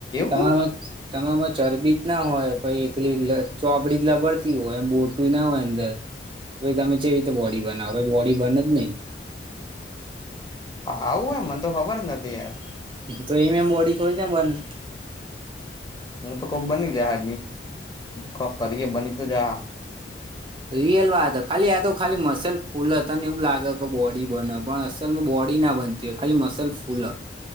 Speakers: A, on the right (about 30°); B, on the left (about 25°).
A: તમારામાં
B: હોય
A: તમારામાં ચરબી જ ના હોય પ એકલી એકલી ચોપડી લબડતી હોય એ બોટું ના હોય અંદર તો તમે છેવી રીતે બોડી બનાવો બોડી બને જ નહી.
B: આવું હોય મન તો ખબર જ નથી એમ.
A: તો એમ એમ બોડી થોડી ન બને.
B: હું તો કોક બની જાહે ક કરી બની તો જાહે.
A: રિયલ વાત ખાલી હ આ તો ખાલી મસલ ફૂલ તને એવું લાગે કે બોડી બન પણ અસલમાં બોડી ના બન ખાલી મસલ ફૂલ,